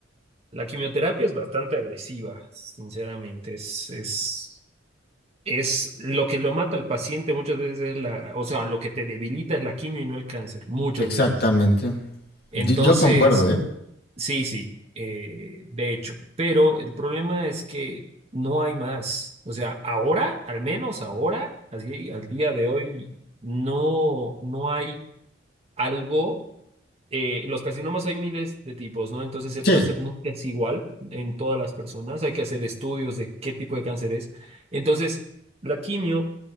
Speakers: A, on the right (about 30°); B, on the left (about 55°).
A: La quimioterapia es bastante agresiva, sinceramente. Es, es, es lo que lo mata al paciente muchas veces es la, o sea, lo que te debilita es la quimio y no el cáncer, muchas
B: Exactamente.
A: veces. Entonces,
B: Yo, yo concuerdo, ¿eh?
A: sí, sí, eh, de hecho. Pero el problema es que no hay más. O sea, ahora, al menos ahora, así, al día de hoy, no, no hay algo eh, los carcinomas hay miles de tipos, ¿no? Entonces el
B: Sí,
A: cáncer nunca es igual en todas las personas. Hay que hacer estudios de qué tipo de cáncer es. Entonces, la quimio